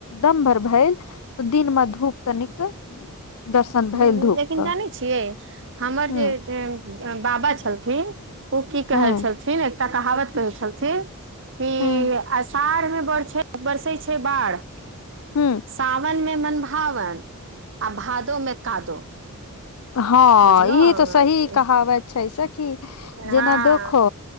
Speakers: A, on the left; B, on the right.
A: दम भर भेल तऽ दिन मे धूप तनिक दर्शन
B: हा
A: भेल धूप
B: लेकिन
A: क
B: जानै छियै। हमर
A: हूँ
B: जे बाबा छलथिन। ओ की कहे
A: हूँ
B: छलथिन। एकटा कहावत कहे छलथिन कि
A: हूँ
B: अषाढ़ मे बड़ छै। बरसै छै बाढ़
A: हुँ
B: साावन मे मनभावन आ भादो मे कादो
A: हँ
B: बुझलौं
A: ई तऽ सही कहावत छै सखी जेना
B: हँ
A: देखो